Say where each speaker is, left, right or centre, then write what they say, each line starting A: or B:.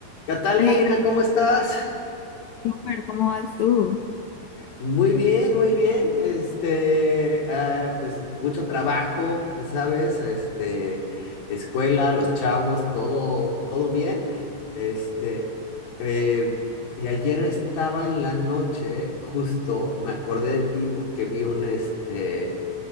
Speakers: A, on the left (about 60°); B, on the left (about 85°).
A: Catalina,
B: Hola,
A: ¿cómo estás?
B: Christopher, ¿cómo vas tú?
A: Muy bien, muy bien. Este, ah, pues mucho trabajo, ya sabes, este, escuela, los chavos, todo, todo bien. Este, eh, y ayer estaba en la noche, justo, me acordé de ti porque vi un, este,